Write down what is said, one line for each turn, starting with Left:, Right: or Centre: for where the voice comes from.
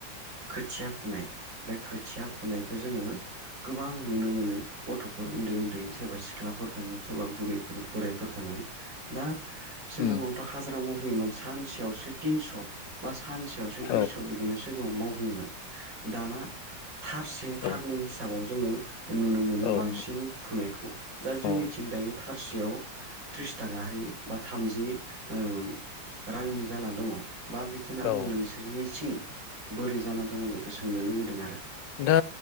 Right: खोथिया फुनाय बे खोथिया फुनायखौ जोंङो गोबां नुनो मोनो गथ'फोर उन्दै उन्दै सोरबा सिख्ला फोर थाङो सोरबा बुरफोर बोरायफोर थाङो दा सिगाङावथ'
Left: उम
Right: हाजिरा मावहैयोमोन सानसेयावसो थिनस' बा सानसेयावसो
Left: औ
Right: दुइस' बिदिमोन थेवबाबो मावहोयोमोन दाना थारसे
Left: औ
Right: थारनै हिसाबाव जोंङो नुनो मोनो
Left: औ
Right: बांसिन फुनायखौ जा जोंनिथिं
Left: औ
Right: दायो थारसेयाव त्रिस थाखाहाय बा थामजि ओ रांनि जाना दङ। बा बेखौनो आं
Left: औ
Right: नोंसोरनि थिं बोरै जाना दङ बेखौ सोंनो लुबैदों आरो
Left: दा